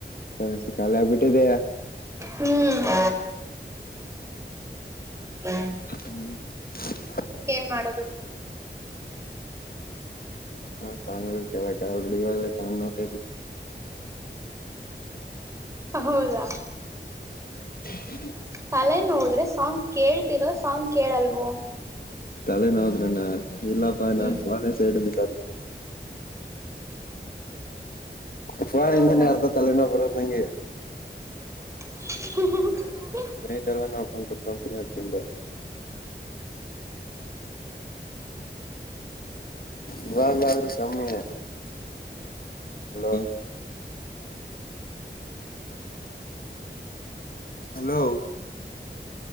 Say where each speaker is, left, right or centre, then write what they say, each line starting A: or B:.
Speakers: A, on the left; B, on the right.
A: ಹ ಸಿಿಕಾಲ ಬಿಟೆದಯ
B: ಹ್ಮ್ ಹ
A: ಹ್ಮ್ <unintelligible>
B: ಏನ್ ಮಾಡದು
A: ಹಾ ಸ ಕೆಲ್ಲ ಕಲ್ ಬಿಡಿಗ ಚ ನತ
B: ಹೌದಾ
A: <inaudible>
B: ತಲೆ ನೋಡ್ರೆ ಸಾಂಗ್ ಕೇಳ್ತಿರೋ ಸಾಂಗ್ ಕೇಳಲ್ವ
A: ತಲೆನ ಹೋದ್ರೆಣ್ಣ ಇಲ್ಲಪ್ಪಾ ನಾ
B: ಹ್ಮ್
A: ಫೋನ ಸೈಡ್ ಬಡ್ತ ಪ್ಪಳಿಂದನೇ
B: ಹೌದಾ
A: ಅರ್ಥತ್ಲೆನೋ ಬರುದ ನಂಗೆ
B: ಹ
A: ನೇಟ್ ಎಲ್ಲ ನಾ ಕುತ್ಕೊತೀನಿ ಅದ್ರಿಂದ
B: ಹ
A: ಇವಾಗ್ಾದ್ರೂ ಸಮ್ಮೀಯರ್ ಹಲೋ
B: ಅ
A: ಹಲೋ